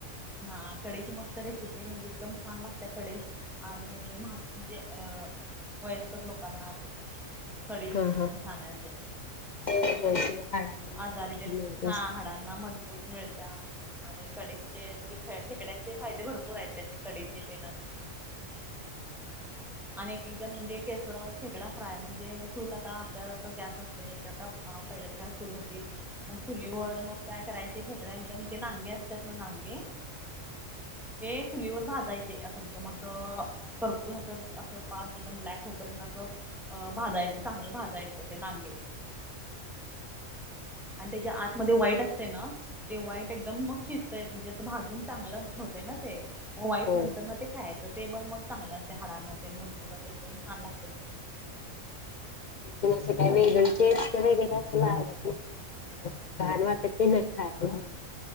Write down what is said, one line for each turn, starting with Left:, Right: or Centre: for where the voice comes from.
Centre: हा कडीची मस्त रेसिपी म्हणजे, एकदम छान लागते कढ आणि म्ह म्हणजे, अ वयस्कर लोकांना असे. <unintelligible>
Left: हा हा.
Centre: एकदम छान आहे अस,
Left: <unintelligible> मजबूती
Centre: आजारी त्यांण
Left: मिळत
Centre: हा,
Left: असेल.
Centre: हाडांना मजबूत मिळत्या. आणि कढचे म्हणजे खे खेकड्याचे, फायदे भरपूर आहत त्याचे कढचे असं, <unintelligible> आणि एक एक जण म्हणजे केस, खेकडा फ्राय म्हणजे चूल आता गॅस असते ते, आता पहिल्या त्यात, चूल होती मग, चुलीवर मग काय करायचे, खेकडा एकदम ते नागे असतात ना नांगे ते चुलीवर भाजायचे असं, एकदम अस करपूस अस असं पाच एकदम, ब्लॅक होपर्यंत असं भाजायचं चांगलं भाजायचं ते नागे. आणि त्याच्या, आतमध्ये वाईट असते ना. ते वाईट एकदम मग शिजतय, म्हणजे असं भाजून चांगलं होतं ना ते वाईट
Left: होय.
Centre: नंतर ना ते खायचं ते पण, मग चांगलं असते हाडांना ते मजबत अस एकदम छान ला
Left: त्या काहीअशी, वेगळंटेस्ट वघेरे लागत नाही. घाण वाटतं नाही ना? खायला,